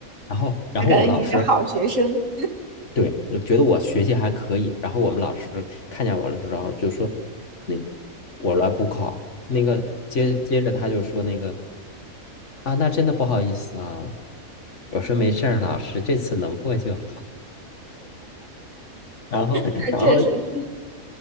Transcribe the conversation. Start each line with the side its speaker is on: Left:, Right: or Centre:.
Left: 然后，然后我们老师
Right: 那感觉你是好学生，
Left: 对，我觉得我学习还可以，然后我们老师看见我的时候就说，那我来补考，那个接接着他就说那个啊，那真的不好意思啊，我说没事儿，老师这次能过就好。然后，
Right: <laughs>
Left: 然后
Right: 确实是。